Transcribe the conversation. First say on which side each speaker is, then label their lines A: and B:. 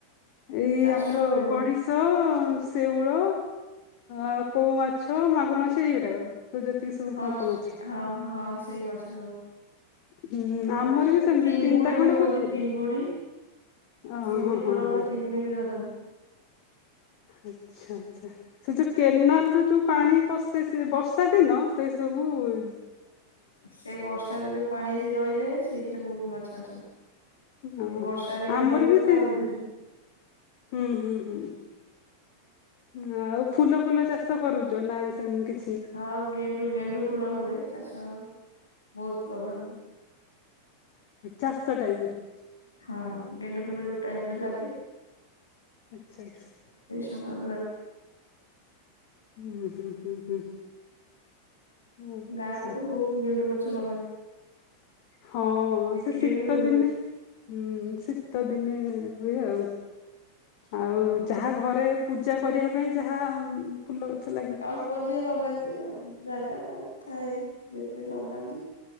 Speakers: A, on the left; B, on the left.
A: ଏଇ
B: ଚାଷ
A: ଆମର
B: ହୁଏନି
A: ଗଡିଶ ଶେଉଳ। ଆ କଉ ମାଛ ମାଗୁର ମାଛ ଏଇଗୁଟାକ କି। ତ ଯେତିକି ସବୁ
B: ହଁ
A: ପଙ୍କ ମାଛ।
B: ହଁ ହଁ ସେଇ ମାଛ ସବୁ
A: ହୁଁ
B: ସେଇ
A: ଆମର
B: ମାଛ
A: ବି ସେମିତି
B: ଚିଙ୍ଗୁଡି
A: ତିନିଟା
B: ବି
A: ଖଣ୍ଡେ
B: ହୁଅନ୍ତି
A: ପୋଖରୀ
B: ଚିଙ୍ଗୁଡି।
A: ଓ
B: ଚିଙ୍ଗୁଡି
A: ହଁ ହଁ
B: ବଡ
A: ହଁ
B: ବଡ ଚିଙ୍ଗୁଡି ବି ଧରନ୍ତି।
A: ଆଚ୍ଛା ଆଛା ସେ ଯୋଉ କେନାଲ ରୁ ଯୋଉ ପାଣି ପସେ ସେ ବର୍ଷା ଦିନ ସେ ସବୁ। ହୁଏ।
B: ସେଇ ବର୍ଷାରେ ଯୋଉ ପାଣି ଆସି ରହିଯାଏ ସେଇଥିରେ ବହୁତ ମାଛ ଆସନ୍ତି।
A: ଓହୋ
B: ଏଇ ବର୍ଷା ଦିନ
A: ଆମର
B: ହେଇଗଲେ
A: ବି
B: ତ
A: ସେଇ
B: ଆହୁରି ଧରିବେ
A: ହୁଁ ହୁଁ ହୁଁ ହୁଁ। ଆଉ ଫୁଲ ଫୁଲ ଚାଷ କରୁଛ ନା ସେମତି।
B: ହଁ ଗେଣ୍ଡୁ ଗେଣ୍ଡୁ ଫୁଲ ହୁଏ ଚାଷ। ବହୁତ ଲଗାହୁଏ।
A: ଚାଷ ଟାଇମରେ।
B: ହଁ ଗେଣ୍ଡୁ ଫୁଲ ଯୋଉ ଟାଇମ ରେ ଲାଗେ।
A: ଆଚ୍ଛା ଆଚ୍ଛା।
B: <unintelligible>
A: ହୁଁ ହୁଁ ହୁଁ ହୁଁ। ଆଚ୍ଛା
B: ଗାଁ ରେ ତ ବହୁତ ଗେଣ୍ଡୁ ଗଛ ଲଗାନ୍ତି।
A: ହଁ
B: ବିକ୍ରି
A: ସେ ଶୀତ
B: ବି ହୁଏ।
A: ଦିନେ ହୁଁ ଶୀତ ଦି ଦିନେ ହୁଏ ଆଉ ଆଉ
B: ହଁ
A: ଯାହା ଘରେ। ପୂଜା କରିବା ପାଇଁ ଯାହା ଫୁଲ। ଗଛ ଲାଗିଥିବ
B: ଅଳ୍ପ ଯିଏ ଲଗାନ୍ତି ଆଉ ଜାଗା ପାଇଁ ଥାଏ ଯେତେ ଲଗାନ୍ତି।